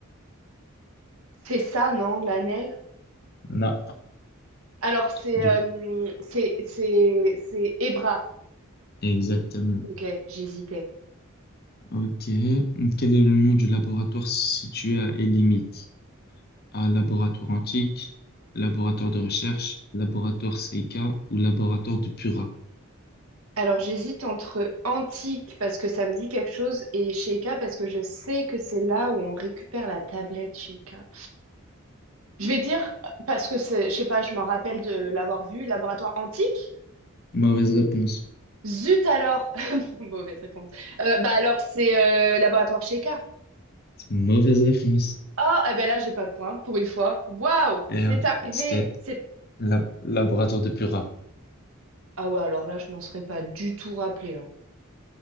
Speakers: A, on the right (about 85°); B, on the left (about 50°).
A: C'est ça, non? L'Anel?
B: Na.
A: Alors, c'est
B: du-
A: euh, c'est c'est c'est Hébra.
B: Exactement.
A: Ok, j'hésitais.
B: Ok. Quel est le nom du laboratoire situé à Elimite? A. Laboratoire antique, laboratoire de recherche, laboratoire Seika ou laboratoire de Pura?
A: Alors, j'hésite entre Antique parce que ça me dit quelque chose et Sheikah parce que je sais que c'est là où on récupère la tablette Sheikah. Je vais dire euh, parce que c'est, je sais pas, je m'en rappelle de l'avoir vu, Laboratoire Antique.
B: Mauvaise réponse.
A: Zut alors, <laughs> mauvaise réponse. Euh, bah alors c'est euh, Laboratoire Sheikah.
B: Mauvaise réponse.
A: Ah, eh ben là j'ai pas de point pour une fois. Waouh,
B: Et
A: c'est
B: euh,
A: arrivé.
B: c'était
A: C'est
B: La- laboratoire de Pura.
A: ah ouais alors là je m'en serais pas du tout rappelé. hein.